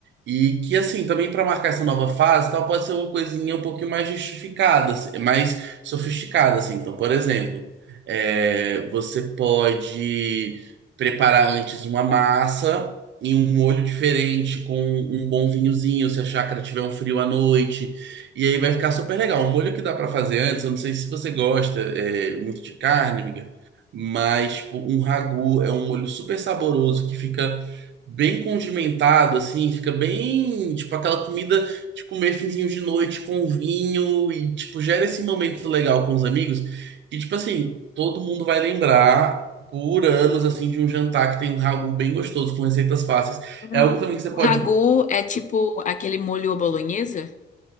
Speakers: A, on the right (about 65°); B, on the left (about 40°).
A: e que, assim, também para marcar essa nova fase, e tal, pode ser uma coisinha um pouquinho mais justificada, assim, mais sofisticada, assim. Então, por exemplo, é, você pode preparar antes uma massa. Em um molho diferente, com um bom vinhozinho, se a chácara tiver um frio à noite. E aí vai ficar super legal. Um molho que dá pra fazer antes, eu não sei se você gosta é, muito de carne, amiga, mas tipo, um ragu é um molho super saboroso que fica bem condimentado, assim, fica bem, tipo, aquela comida de comer finzinho de noite com vinho e, tipo, gera esse momento legal com os amigos. E, tipo assim, todo mundo vai lembrar por anos, assim, de um jantar que tem um ragu bem gostoso, com receitas fáceis.
B: Hum.
A: É algo também que você
B: O
A: pode
B: ragu é tipo aquele molho à bolonhesa?